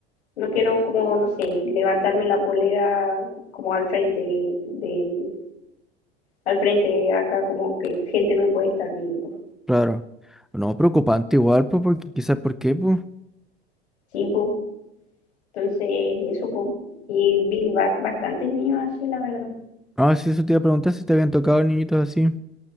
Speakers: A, on the left (about 80°); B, in the centre.
A: no quiero como, no sé, levantarme la polera como al frente de, al frente acá, como que gente me puede estar viendo.
B: Claro. No, preocupante igual, pues, porque quizás por qué, pues.
A: Sí, po. Entonces, eso, po, y vi ba- bastantes niños así, la verdad.
B: Ah, sí, eso te iba a preguntar si te habían tocado niñitos así.